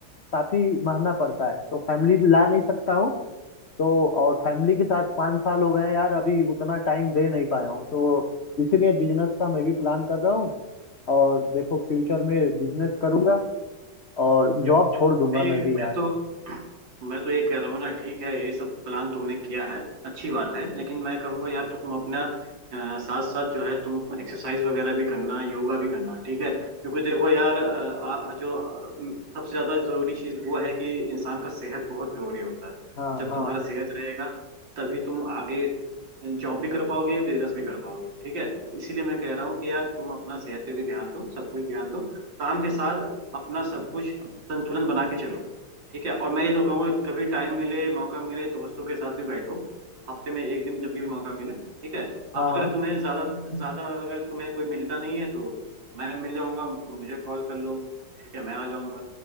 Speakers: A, on the left (about 50°); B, on the right (about 65°).
A: काफी महंगा पड़ता है तो फैमिली ला नहीं सकता हूँ तो और फैमिली के साथ पाँच साल हो गए हैं यार अभी उतना टाइम दे नहीं पाया हूँ तो इसीलिए बिजनेस का मैं भी प्लान कर रहा हूँ और देखो फ्यूचर में बिजनेस करूंगा और जॉब छोड़ दूंगा
B: भाई
A: मैं भी
B: मैं
A: यार
B: तो मैं तो ये कह रहा हूँ ना ठीक है ये सब प्लान तुमने किया है अच्छी बात है लेकिन मैं कहूँगा यार तुम अपना अ, साथ साथ जो है तुम एक्सरसाइज वगैरह भी करना योगा भी करना ठीक है क्योंकि देखो यार अ, आ, जो अ, सबसे ज़्यादा ज़रूरी चीज़ वो है कि इंसान का सेहत बहुत ज़रूरी होता है
A: हाँ
B: जब
A: हाँ
B: तुम्हारा सेहत रहेगा तभी तुम आगे जॉब भी कर पाओगे बिजनेस भी कर पाओगे ठीक है तो इसीलिए मैं कह रहा हूँ कि यार तुम अपना सेहत पे भी ध्यान दो सब कुछ ध्यान दो काम के साथ अपना सब कुछ संतुलन बना के चलो ठीक है और मैं ये तो कहूंगा कभी टाइम मिले मौका मिले दोस्तों के साथ भी बैठो हफ्ते में एक दिन जब भी मौका मिले ठीक है
A: हाँ
B: अगर तुम्हें ज्यादा ज्यादा अगर तुम्हें कोई मिलता नहीं है तो मैं मिल जाऊंगा तो मुझे कॉल कर लो ठीक है मैं आ जाऊंगा